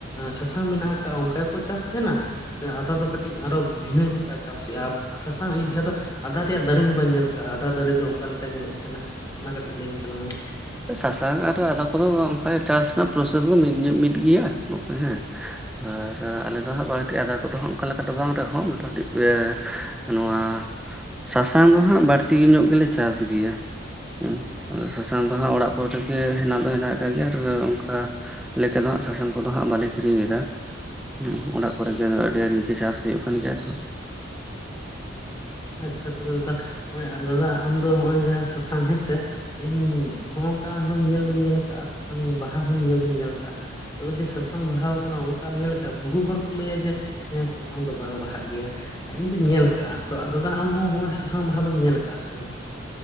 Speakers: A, on the left; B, in the centre.
A: ᱥᱟᱥᱟᱝ ᱢᱮᱱᱟᱜ ᱟᱠᱟᱜ ᱚᱱᱠᱟ ᱜᱮᱠᱚ ᱪᱟᱥ᱾ ᱛᱟᱦᱮᱱᱟ ᱥᱮ ᱟᱫᱟ ᱫᱚ ᱠᱟᱹᱴᱤᱡ ᱟᱨᱚ ᱵᱷᱤᱱᱟᱹ ᱞᱮᱠᱟ ᱪᱟᱥ ᱦᱩᱭᱩᱜᱼᱟ ᱥᱟᱥᱟᱝ ᱡᱟᱦᱟᱸ ᱫᱚ᱾ ᱟᱫᱟ ᱨᱮᱭᱟᱜ ᱫᱟᱨᱮ ᱦᱚᱸ ᱵᱟᱹᱧ ᱧᱮᱞ ᱠᱟᱜᱼᱟ ᱟᱫᱟ ᱫᱟᱨᱮ ᱫᱚ ᱚᱠᱟᱞᱮᱠᱟ ᱧᱮᱞᱚᱜ ᱛᱟᱦᱮᱱᱟ ᱚᱱᱟ ᱠᱟᱹᱴᱤᱡ ᱞᱟᱹᱭᱟᱹᱧ ᱛᱟᱞᱟᱝ ᱢᱮ?
B: ᱥᱟᱥᱟᱝ ᱟᱨ ᱟᱫᱟ ᱠᱚᱫᱚ ᱚᱱᱠᱟ ᱪᱟᱥ ᱨᱮᱭᱟᱜ ᱯᱨᱚᱥᱮᱥ ᱫᱚ ᱢᱤᱫ ᱢᱤᱫ ᱜᱮᱭᱟ ᱦᱮᱸ᱾ ᱟᱨ ᱟᱞᱮ ᱫᱚ ᱦᱟᱸᱜ ᱵᱟᱹᱲᱛᱤ ᱟᱫᱟ ᱠᱚᱫᱚᱜ ᱚᱱᱠᱟ ᱞᱮᱠᱟ ᱫᱚ ᱵᱟᱝ ᱨᱮᱦᱚᱸ ᱢᱚᱴᱟ ᱢᱩᱴᱤ ᱤᱭᱟ᱾ ᱱᱚᱣᱟ᱾ ᱥᱟᱥᱟᱝ ᱫᱚ ᱦᱟᱜ ᱵᱟᱹᱲᱛᱤ ᱧᱚᱜ ᱜᱮᱞᱮ ᱪᱟᱥ ᱜᱮᱭᱟ ᱦᱩᱸ ᱟ ᱥᱟᱥᱟᱝ ᱚᱲᱟᱜ ᱠᱚᱨᱮᱜᱮ ᱦᱮᱱᱟᱜ ᱫᱚ ᱦᱮᱱᱟᱜ ᱠᱟᱜ ᱜᱮᱭᱟ ᱟᱨ ᱚᱱᱠᱟ᱾ ᱞᱮᱠᱟ ᱱᱟᱜ ᱥᱟᱥᱟᱝ ᱠᱚᱫᱚ ᱦᱟᱸᱜ ᱵᱟᱞᱮ ᱠᱤᱨᱤᱧᱮᱫᱟ᱾ ᱦᱩᱸ ᱚᱲᱟᱜ ᱠᱚᱨᱮ ᱜᱮ ᱟᱹᱰᱤ ᱟᱸ ᱰᱤ ᱜᱮ ᱪᱟᱥ ᱦᱩᱭᱩᱜ ᱠᱟᱱ ᱜᱮᱭᱟ ᱛᱚ᱾
A: ᱟᱪᱪᱷᱟ ᱛᱚᱵᱮ ᱫᱟᱫᱟ ᱱᱚᱜᱼᱚᱭ ᱫᱟᱫᱟ ᱟᱢ ᱫᱚ ᱱᱚᱜᱼᱚᱭ ᱡᱟᱦᱟᱸ ᱥᱟᱥᱟᱝ ᱦᱮᱸᱥᱮ ᱤᱧ ᱦᱚᱸᱜ ᱱᱚᱝᱠᱟ ᱦᱚᱸᱧ ᱧᱮᱞ ᱫᱩᱧ ᱧᱮᱞ ᱟᱠᱟᱜᱼᱟ ᱥᱟᱥᱟᱝ ᱵᱟᱦᱟ ᱦᱚᱸᱧ ᱧᱮᱞ ᱫᱩᱧ ᱧᱮᱞ ᱟᱠᱟᱜᱼᱟ᱾ ᱛᱚᱵᱮ ᱡᱮ ᱥᱟᱥᱟᱝ ᱵᱟᱦᱟᱣ ᱠᱟᱱᱟ ᱚᱱᱠᱟ ᱧᱮᱞ ᱠᱟᱜ ᱵᱩᱦᱩ ᱦᱚᱲ ᱠᱚ ᱞᱟᱹᱭᱟ ᱡᱮ᱾ ᱦᱮᱸ ᱥᱟᱥᱟᱝ ᱫᱚ ᱵᱟᱝ ᱵᱟᱦᱟᱜ ᱜᱮᱭᱟ ᱟᱨ ᱤᱧ ᱫᱩᱧ ᱧᱮᱞ ᱠᱟᱜᱼᱟ᱾ ᱛᱚ ᱫᱟᱫᱟ ᱟᱢ ᱦᱚᱸᱜᱼᱚᱭ ᱥᱟᱥᱟᱝ ᱵᱟᱦᱟ ᱫᱚᱢ ᱧᱮᱞ ᱟᱠᱟᱜᱼᱟ ᱥᱮ ᱵᱟᱝ?